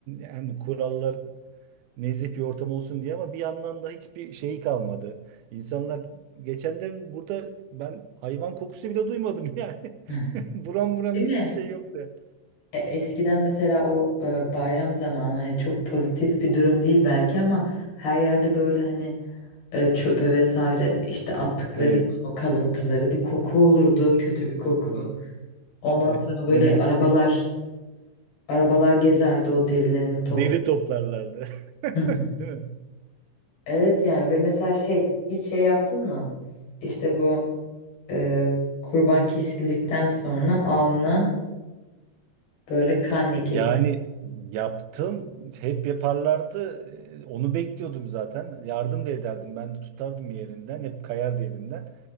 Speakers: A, on the right (about 85°); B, on the left (about 80°).
A: hem kurallar nezih bir ortam olsun diye ama bir yandan da hiçbir şey kalmadı. İnsanlar geçen de burada ben hayvan kokusu bile duymadım yani.
B: <laughs>
A: <laughs> Buram buram
B: Değil
A: hiçbir
B: mi?
A: şey yoktu.
B: E, Eskiden mesela o e, bayram zamanı hani çok pozitif bir durum değil belki ama her yerde böyle hani e, çöpe vesaire işte attıkları
A: Evet.
B: için o kalıntıları bir koku olurdu, kötü bir koku.
A: Koku olurdu.
B: Ondan
A: İşte
B: sonra böyle
A: demek
B: arabalar
A: ki
B: arabalar gezerdi o derilerini topla.
A: deri toplarlardı. <laughs>
B: Hı hı.
A: Değil mi?
B: Evet yani ve mesela şey hiç şey yaptın mı? İşte bu e, kurban kesildikten sonra alnına böyle kan lekesi.
A: Yani yaptım, hep yaparlardı. Ee, Onu bekliyordum zaten. Yardım da ederdim. Ben de tutardım yerinden. Hep kayardı elimden.